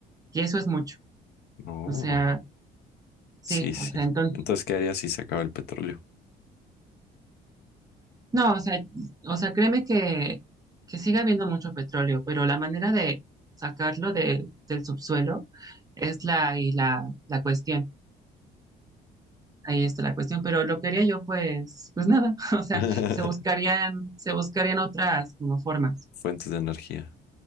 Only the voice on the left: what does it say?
oh,
sí, sí.
Entonces, ¿qué harías si se acaba el petróleo?
<laughs>
Fuentes de energía.